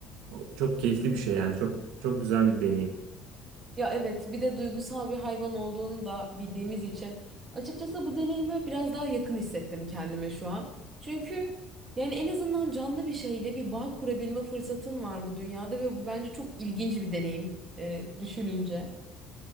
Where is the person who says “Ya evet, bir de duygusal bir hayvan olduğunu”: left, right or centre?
Right